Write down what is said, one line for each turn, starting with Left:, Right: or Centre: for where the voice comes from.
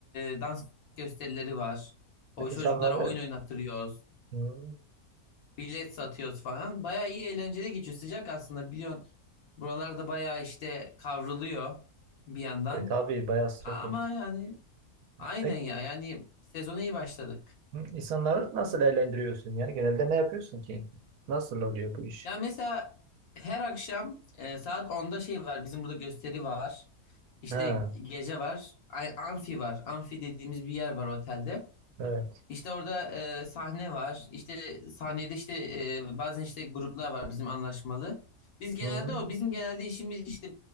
Left: e, dans gösterileri var. O çocuklara
Right: İnsanları
Left: oyun oynattırıyoruz.
Right: hı,
Left: Bilet satıyoruz falan. Bayağı iyi eğlenceli geçiyor. Sıcak aslında biliyorsun. Buralarda bayağı işte kavruluyor bir yandan.
Right: e, tabii bayağı sıcak
Left: A- Ama
Right: oluyor.
Left: yani aynen
Right: Peki
Left: ya. Yani sezona iyi başladık.
Right: hı, insanları nasıl eğlendiriyorsun ya? Genelde ne yapıyorsun ki? Nasıl oluyor bu iş?
Left: Ya mesela her akşam e, saat onda şey var. Bizim burada gösteri var. İşte
Right: Ha,
Left: gece var. Ay, amfi var. Amfi dediğimiz bir yer var otelde.
Right: evet.
Left: İşte orada e, sahne var. İşte sahnede işte e, bazen işte gruplar var bizim anlaşmalı. Biz genelde
Right: Hı,
Left: o bizim genelde işimiz işte